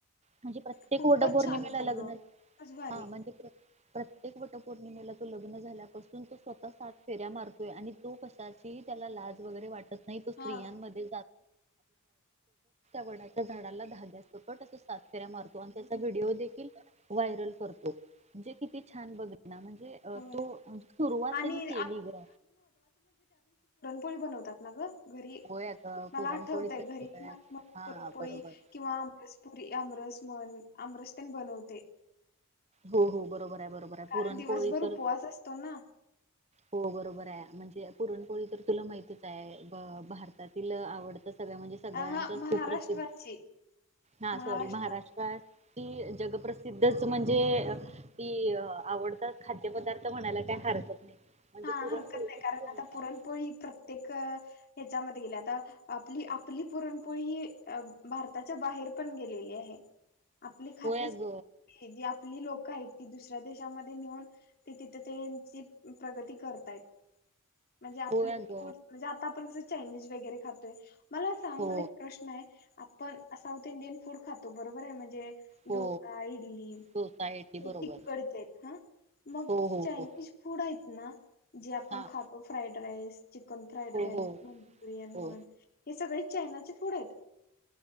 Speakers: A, on the right; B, on the left.
A: म्हणजे प्रत्येक
B: खूपच
A: वटपौर्णिमेला
B: छान की
A: लग्न
B: ग खूपच भारी
A: हा म्हणजे प्रत्येक- वट पौर्णिमेला तो लग्न झाल्यापासून तो स्वतः सात फेऱ्या मारतोय आणि तो क- त्याला लाज वगैरे वाटत नाही तो स्त्रियांमध्ये
B: हा
A: वडाच्या झाडाला सात फेऱ्या मारतो आणि त्याचा व्हिडओ देखील व्हायरल करतो. किती छान बघल ना म्हणजे
B: होय
A: तो सुरुवात
B: आणि
A: त्यांनी केली ग.
B: पोळी बनवतात ना ग. घरी
A: होय अगं
B: मला
A: पुरणपोळी
B: आठवतय
A: तर सगळ्यांना
B: घरी माझी म
A: हा
B: पुरणपोळी
A: बरोबर
B: किंवा आमरसपुरी आमरस म्हण आमरस- बनवते
A: हो हो बरोबर आहे बरोबर आहे पुरणपोळी
B: कारण दिवसभर
A: तर
B: उपवास असतो ना.
A: हो बरोबर आहे म्हणजे पुरणपोळी तर तुला माहतीच आहे भारतातील आवडत- सगळ म्हणजे सगळ्यांच
B: अ हा
A: सुप्रसिद्ध
B: महाराष्ट्राची
A: हा
B: महाराष्ट्र
A: सॉरी महाराष्ट्रात. ती जगप्रसिद्धच म्हणजे ती आवडता खाद्यपदार्थ म्हणायला काय हरकत नाही. म्हणजे
B: हा
A: पुरणपोळी
B: हरकत नाही
A: खूप
B: कारण
A: फेमस
B: आता पुरणपोळी
A: आहे
B: प्रत्येक- ह्याच्यामध्ये गेले आता आपली -आपली पुरणपोळी ही भारताच्या बाहेर पण गेलेली आहे. आपली खाद्यसंस्कृती
A: होय अग
B: आहे जी आपलं ही लोक आहेत की दुसऱ्या देशामध्ये नेऊन ते तिथ ते प्रगती करतायत म्हणजे आपले
A: होय अग
B: फूड म्हणजे आता आपण कस चायनिज वगैरे खातोय मला सांग
A: हो
B: मला एक प्रश्न आहे आपण साऊथ इंडियन फूड खातो बरोबर आहे. म्हणजे
A: हो
B: डोसा, इडली
A: सोसायटी
B: हे
A: बरोबर
B: तकडचे आहेत हा मग
A: हो हो
B: चायनीज
A: हो
B: फूड आहेत. ना. जे आपण
A: हा
B: खातो फ्राईड रईस चिकन, फ्राईड
A: हो
B: राईस,
A: हो
B: मंचुरियन
A: हो
B: म्हण हे सगळी चायना चे फूड आहेत.